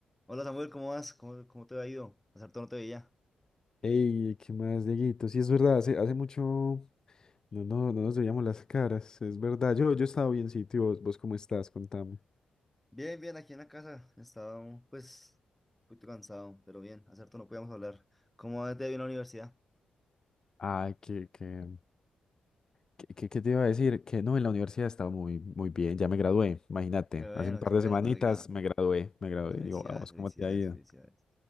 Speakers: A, in the centre; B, on the left.
A: Hola Samuel, ¿cómo vas? ¿Cómo, cómo te ha ido? Hace harto no te veía.
B: Ey, ¿qué más, Dieguito? Sí, es verdad, hace, hace mucho no, no, no nos veíamos las caras, es verdad. Yo, yo he estado bien, sí, tío. ¿Vos, vos cómo estás? Contame.
A: Bien, bien, aquí en la casa. Estaba pues un poquito cansado, pero bien, hace harto no podíamos hablar. ¿Cómo te ha ido en la universidad?
B: Ah, que, que, que, que- que te iba a decir que no, en la universidad estaba muy, muy bien, ya me gradué, imagínate,
A: Qué bueno,
B: hace un par
A: qué
B: de
A: bueno,
B: semanitas
A: me alegra.
B: me gradué, me gradué,
A: Felicidades,
B: y yo, "Ah, vos,
A: felicidades,
B: ¿cómo te ha ido?
A: felicidades.